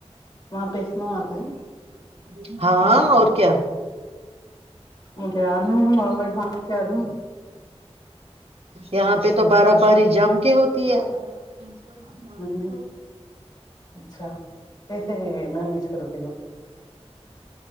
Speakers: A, on the left; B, on the right.
A: وہاں پہسم آتا ہے
B: جی ہاں اور کیا
A: مجھے آنا ہے وہاں میں بھاگ کے آ جاؤں
B: یہاں پہ تو بارہ بار جمپ ہوتی ہے ہ
A: ہوں
B: <inaudible>
A: اچھا کیسے مینج کرتی ہوں